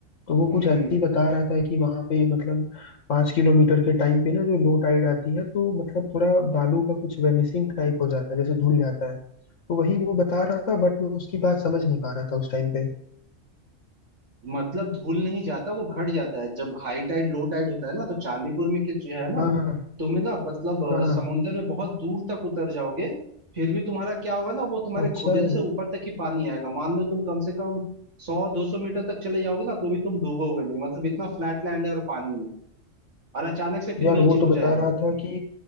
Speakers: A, on the left; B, on the right.
A: तो वो
B: हम्म
A: कुछ ऐसे
B: हम्म।
A: ही बता रहा था कि वहां पे मतलब पाँच किलोमीटर के टाइम पे ना जो लो टाइड आती है तो मतलब थोड़ा बालू का कुछ वेनिसिंग टाइप हो जाता है जैसे धुल जाता है तो वही वो बता रहा था बट मैं उसकी बात समझ नहीं पा रहा था उस टाइम पे
B: मतलब धूल नहीं जाता वो घट जाता है जब हाई टाइड लो टाइड होता है ना तो चांदीपुर में के जो है ना
A: हाँ हाँ
B: तुम्हें ना मतलब
A: हाँ
B: अ,
A: हाँ
B: समुंदर में बहुत दूर तक उतर जाओगे फिर भी तुम्हारा क्या होगा ना वो तुम्हारे
A: अच्छा
B: घुटने से ऊपर तक ही पानी आएगा मान लो तुम कम से कम सौ दो सौ मीटर तक चले जाओगे ना तो भी तुम डूबोगे नहीं मतलब इतना फ्लैट लैंड है और पानी है और अचानक से फिर
A: यार
B: नीचे
A: वो तो
B: हो
A: बता
B: जाएगा
A: रहा था कि